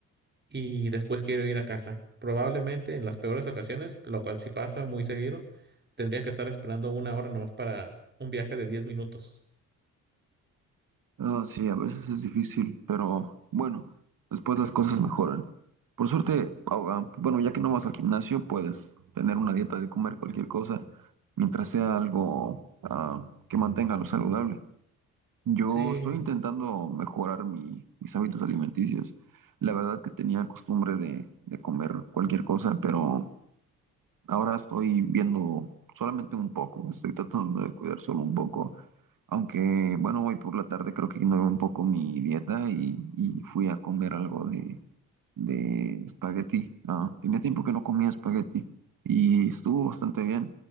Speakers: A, on the right (about 25°); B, on the right (about 50°).
A: y después quiero ir a casa. Probablemente en las peores ocasiones, lo cual sí pasa muy seguido, tendría que estar esperando una hora nomás para un viaje de diez minutos.
B: Ah, sí, a veces es difícil, pero bueno, después las cosas mejoran. Por suerte, ah, bueno, ya que no vas al gimnasio, puedes tener una dieta de comer cualquier cosa, mientras sea algo ah, que mantenga lo saludable. Yo
A: Sí,
B: estoy intentando mejorar mi- mis hábitos alimenticios. La verdad que tenía costumbre de, de comer cualquier cosa, pero ahora estoy viendo solamente un poco, estoy tratando de cuidar solo un poco aunque, bueno, hoy por la tarde creo que ignoré un poco mi dieta y, y fui a comer algo de, de espagueti. Ah, tenía tiempo que no comía espagueti y estuvo bastante bien